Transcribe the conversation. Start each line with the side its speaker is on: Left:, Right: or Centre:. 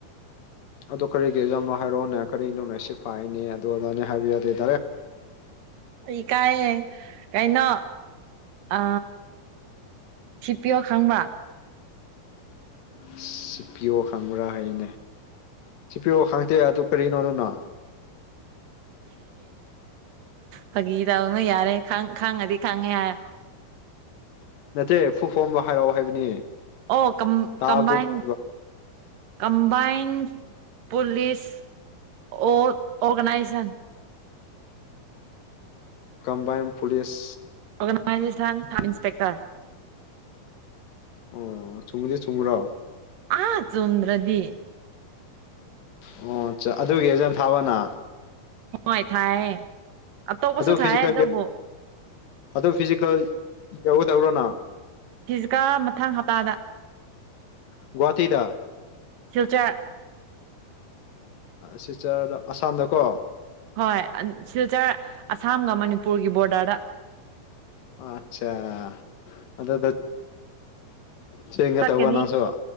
Left: ꯑꯗꯣ ꯀꯔꯤꯒꯤꯔꯤꯖ ꯌꯥꯝꯅꯣ ꯍꯥꯏꯔꯛꯑꯣꯅꯦ ꯀꯔꯤꯅꯣꯅꯦ ꯁꯤ ꯐꯥꯏꯅꯦ ꯑꯗꯨ ꯑꯣꯖꯥꯅꯦ ꯍꯥꯏꯕꯤꯌ ꯌꯥꯗ
Right: ꯑꯩ ꯀꯑꯌꯦꯦ ꯀꯥꯏꯩꯅꯣ ꯑ ꯁꯤꯤꯄꯤꯌꯎ ꯈꯪꯕ
Left: ꯑꯁ ꯁꯤꯤꯄꯤꯌꯣ ꯈꯪꯕ꯭ꯔꯥ ꯍꯥꯏꯅꯦ ꯁꯤꯄꯤꯌꯑꯣ ꯈꯪꯗꯦ ꯑꯗꯨ ꯀꯔꯤꯅꯣꯗꯨꯅꯣ
Right: ꯐꯥꯒꯤ ꯇꯧꯅ ꯌꯥꯔꯦ ꯈ ꯈꯪꯉꯗꯤ ꯈꯪꯉꯦ ꯍꯥꯏ
Left: ꯅꯠꯇꯦ ꯐꯨ ꯐꯣꯝꯕ ꯍꯔꯥꯎꯑꯣ ꯍꯥꯏꯕꯅꯤ
Right: ꯑꯣ ꯀꯝ
Left: ꯇꯥꯕꯗꯤ
Right: ꯀꯝꯕꯥꯥꯏꯟ
Left: ꯇꯥꯏꯕ
Right: ꯀꯝꯕꯥꯏꯟ ꯄꯨꯂꯤꯁ ꯑꯣ ꯑꯣꯔꯒꯅꯥꯏꯖꯦꯁꯟ
Left: ꯀꯝꯕꯥꯏꯟ ꯄꯨꯂꯤꯁ
Right: ꯑꯣꯔꯒꯅꯥꯏꯖꯦꯁꯟ ꯁ ꯏꯟꯁꯄꯦꯛꯇꯔ
Left: ꯑꯣ ꯆꯨꯝꯃꯤꯗꯤ ꯆꯨꯝꯃꯨꯔꯣ
Right: ꯑꯥ ꯆꯣꯗ꯭ꯔꯗꯤ
Left: ꯑꯣ ꯑꯗꯨꯒꯤ ꯑꯦꯖꯟ ꯊꯥꯕꯅ
Right: ꯍꯣꯏ ꯊꯥꯏ ꯇꯧ ꯀꯁꯨ ꯊꯥꯏ
Left: ꯐꯤꯖꯤꯀꯦꯜꯒꯤ
Right: ꯑꯗꯨꯕꯨ
Left: ꯑꯗꯨ ꯐꯤꯖꯤꯀꯦꯜ ꯌꯧꯒ ꯇꯧꯔꯣꯅ
Right: ꯐꯤꯤꯁꯀ ꯃꯊꯪ ꯍꯞꯇꯥꯗ
Left: ꯭ꯋꯥꯇꯤꯗ
Right: ꯐ꯭ꯌꯨꯆꯔ
Left: ꯁꯤꯇꯔꯗ ꯑꯁꯥꯝꯗꯀꯣ
Right: ꯍꯣꯏ ꯁꯤꯗꯔ ꯑꯁꯥꯝꯒ ꯃꯅꯤꯄꯨꯔꯒꯤ ꯕꯣꯔꯗꯔꯗ
Left: ꯑꯆꯥ ꯑꯗ ꯆꯦꯡꯒ
Right: ꯆꯠꯀꯅꯤ
Left: ꯇꯧꯕ ꯅꯪꯁꯨ